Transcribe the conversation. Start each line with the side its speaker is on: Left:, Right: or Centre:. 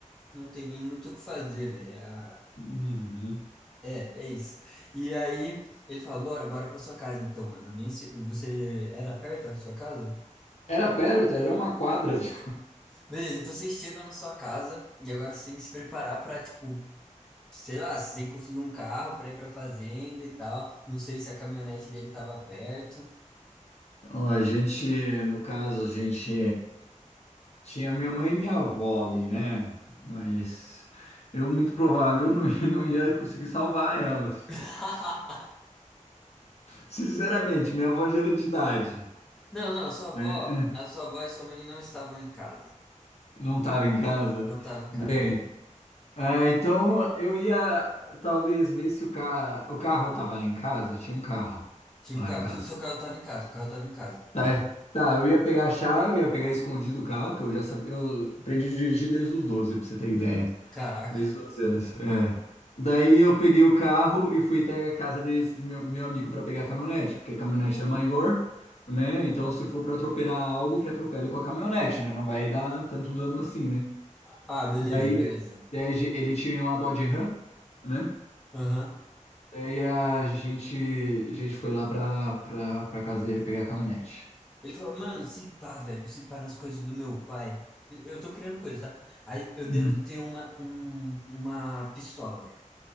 Centre: não tem nem muito o que fazer, velho. É, a-
Left: Uhum.
Centre: é é isso. E aí ele fala, bora, bora pra sua casa então, mano. Nem se, você era perto da sua casa?
Left: Era perto, era uma quadra. de-
Centre: Beleza, então vocês chegam na sua casa e agora vocês têm que se preparar pra, tipo, sei lá, vocês têm que conseguir um carro pra ir pra fazenda e tal. Não sei se a caminhonete dele tava perto.
Left: Ó, a gente, no caso, a gente tinha minha mãe e minha avó ali, né? Mas eu, muito provável, não, <laughs> não ia conseguir salvar elas.
Centre: <laughs>
Left: Sinceramente, minha avó já era de idade.
Centre: Não, não, a sua avó,
Left: né?
Centre: a sua avó e sua mãe não estavam em casa.
Left: Não estava em casa.
Centre: Não estavam em casa.
Left: Bem, ah, então eu ia talvez ver se o, ca... o carro estava em casa. Tinha um carro
Centre: Tinha
Left: lá
Centre: um carro,
Left: em casa.
Centre: tinha- o seu carro estava em casa, o carro estava em casa.
Left: Tá, tá, eu ia pegar a chave, ia pegar escondido o carro, que eu já sabia. Eu aprendi a dirigir desde os 12 pra você ter ideia.
Centre: Caraca.
Left: Desde os 12 anos. É. Daí eu peguei o carro e fui até a casa desse meu, meu amigo pra pegar a caminhonete, porque a caminhonete era maior, né? Então se for pra atropelar algo, que atropele com a caminhonete, né? Não vai dar tanto dano assim, né?
Centre: Ah, beleza,
Left: Daí
Centre: beleza.
Left: a ideia de- ele tinha uma Dodge Ram, né?
Centre: Aham.
Left: Daí a gente, a gente foi lá pra, pra, pra casa dele pegar a caminhonete.
Centre: Ele falou, mano, se pá, velho, se pá nas coisas do meu pai. Eu eu tô criando coisas, tá? Aí eu devo
Left: Hum.
Centre: ter uma, um- uma pistola, velho.